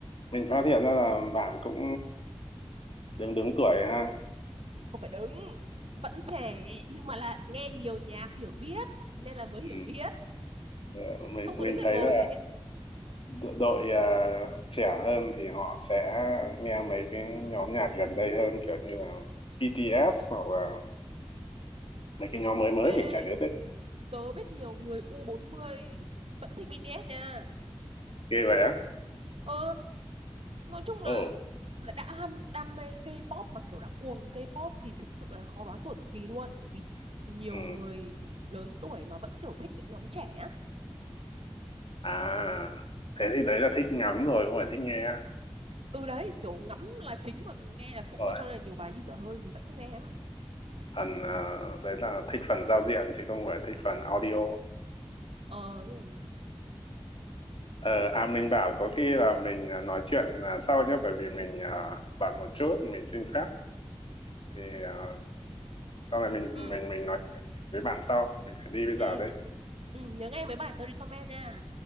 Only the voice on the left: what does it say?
mình phát hiện ra là bạn cũng đứng đứng tuổi ha
ừ.
Ờ, mình
mình
thấy
là
đ- đội à, trẻ hơn thì họ sẽ nghe mấy cái nhóm nhạc gần đây hơn kiểu như là BTS hoặc là mấy cái nhóm mới mới
mình chả nhớ tên
ghê vậy á
ồ
ừ.
à thế thì đấy là thích ngắm rồi không phải thích nghe
rồi
phần à, đấy là thích phần giao diện chứ không phải thích phần audio
Ờ, à mình bảo có khi là mình à, nói chuyện à, sau nhé, bởi vì mình à, bận một chút, mình xin phép thì à, sau này mình
mình mình nói chuyện với bạn sau, mình phải đi bây giờ
đây.